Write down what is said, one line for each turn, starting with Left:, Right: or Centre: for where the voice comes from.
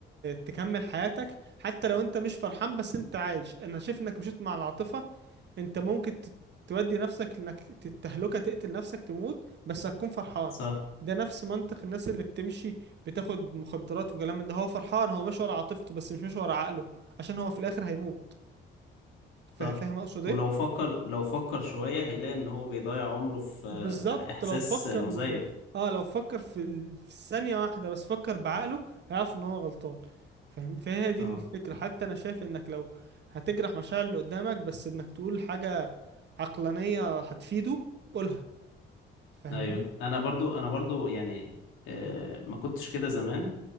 Right: تكمل حياتك حتى لو انت مش فرحان بس انت عايش انا شايف انك مشيت مع العاطفة انت ممكن ت- تودي نفسك لانك تتهلكه تقتل نفسك تموت بس هتكون فرحان
Left: صح
Right: ده نفس منطق الناس اللي بتمشي بتاخد مخدرات وكلام من ده هو فرحان هو ماشي ورا عاطفته بس مش ماشي ورا عقله عشان هو في الاخر هيموت فا-
Left: صح
Right: فاهم اقصد ايه
Left: ولو فكر لو فكر شوية هيلاقي ان هو بيضيع عمره في
Right: بالظبط
Left: في احساس
Right: لو فكر
Left: مزيف
Right: اه لو فكر في, ال... في ثانية واحدة بس فكر بعقله هيعرف ان هو غلطان فاهم فهي دي
Left: اه
Right: الفكرة حتى انا شايف انك لو هتجرح مشاعر اللي قدامك بس انك تقول حاجة عقلانية هتفيده قولها فاهمني
Left: ايوه انا برضو انا برضو يعني آه ما كنتش كده زمان